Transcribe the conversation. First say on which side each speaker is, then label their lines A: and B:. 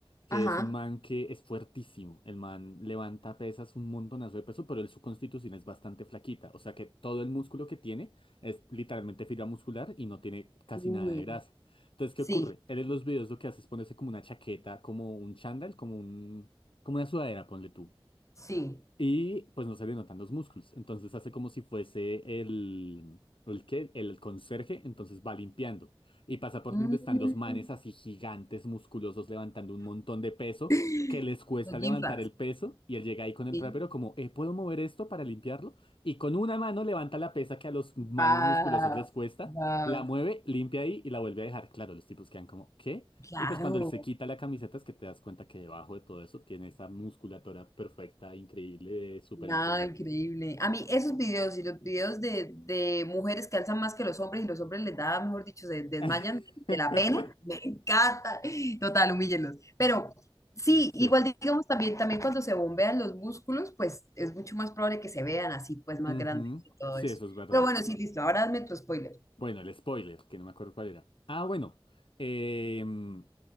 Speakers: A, on the left; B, on the left.
A: que
B: Ajá.
A: es un man que es fuertísimo. El man levanta pesas un montonazo de peso, pero él, su constitución es bastante flaquita. O sea que todo el músculo que tiene es literalmente fibra muscular y no tiene casi
B: Uy,
A: nada de grasa. Entonces,
B: sí,
A: ¿qué ocurre? Él en los videos lo que hace es ponerse como una chaqueta, como un chándal, como un, como una sudadera, ponle tú.
B: sí.
A: Y pues no se le notan los músculos. Entonces hace como si fuese el... ¿El qué? El conserje. Entonces va limpiando. Y pasa por
B: Mm,
A: donde están los manes así gigantes, musculosos, levantando un montón de peso,
B: <laughs>
A: que les cuesta
B: los
A: levantar
B: gym pads,
A: el peso. Y él llega ahí con el
B: Sí.
A: trapero como, eh, ¿puedo mover esto para limpiarlo? Y con una mano levanta la pesa que a los manes
B: Paf,
A: musculosos les cuesta,
B: paf,
A: la mueve, limpia ahí y la vuelve a dejar. Claro, los tipos quedan como, ¿qué?
B: claro.
A: Y pues cuando él se quita la camiseta es que te das cuenta que debajo de todo eso tiene esa musculatura perfecta, increíble, de súper
B: Nada,
A: entrenamiento.
B: increíble. A mí esos videos y los videos de, de mujeres que alzan más que los hombres y los hombres les da, mejor dicho, se desmayan
A: <laughs>
B: de la pena, <laughs> me encanta. Total, humíllenlos. Pero sí,
A: Sí.
B: igual digamos también, también cuando se bombean los músculos, pues es mucho más probable que se vean así, pues más
A: Ujú.
B: grandes y todo
A: Sí,
B: eso.
A: eso es verdad.
B: Pero bueno, sí, listo, ahora hazme tu spoiler.
A: Bueno, el spoiler, que no me acuerdo cuál era. Ah, bueno. em,